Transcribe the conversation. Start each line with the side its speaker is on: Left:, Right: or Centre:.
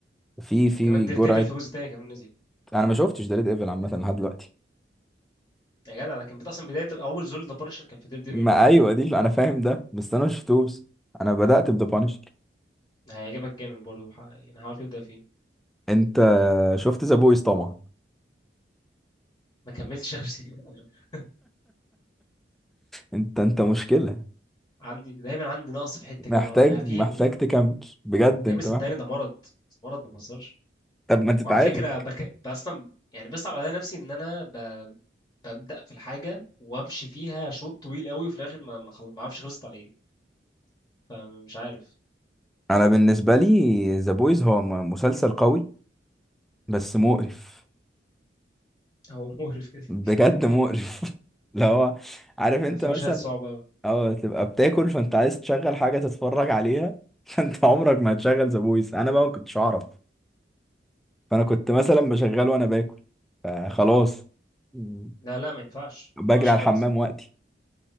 Centre: في في
Left: وكمان دير
Centre: جرعه
Left: ديفل في جزء تاني كمان نزل
Centre: انا ما شفتش ديد ايفل عامه لحد دلوقتي
Left: يا جدع ده كان بت- اصلا بدايه اول زول ذا بانشر كان في دير ديفل
Centre: ما
Left: في
Centre: ايوه
Left: ال...
Centre: دي اللي انا فاهم ده بس انا ما شفتوش انا بدات بذا بانشر
Left: هيعجبك جامد برضه ح- يعني حاول تبدا فيه
Centre: انت شفت ذا بويز طبعا
Left: ما كملتش اخر سيزون <laughs>
Centre: انت انت مشكلة
Left: عندي دايما عندي نقص في حته
Centre: محتاج
Left: كده مع ربي في
Centre: محتاج
Left: يا
Centre: تكمل بجد انت
Left: ابني صدقني
Centre: محتاج
Left: ده مرض مرض ما بهزرش
Centre: طب ما تتعالج
Left: وعلى فكره بك... ب- اصلا يعني بيصعب عليا نفسي ان انا ب... ببدا في الحاجه وامشي فيها شوط طويل قوي وفي الاخر ما ما خل- ما اعرفش خلصت على ايه فمش عارف
Centre: انا بالنسبة لي ذا بويز هو م- مسلسل قوي بس مقرف
Left: هو مقرف كده
Centre: بجد
Left: كده
Centre: مقرف <laughs> اللي هو عارف انت
Left: في
Centre: مثلا
Left: مشاهد صعبة أوي
Centre: اه تبقى بتاكل فانت عايز تشغل حاجة تتفرج عليها <laughs> فانت عمرك ما هتشغل ذا بويز انا بقى ما كنتش اعرف فانا كنت مثلا بشغله وانا باكل فخلاص مم.
Left: لا لا ما ينفعش
Centre: بجري
Left: ما ينفعش
Centre: على
Left: خالص
Centre: الحمام وقتي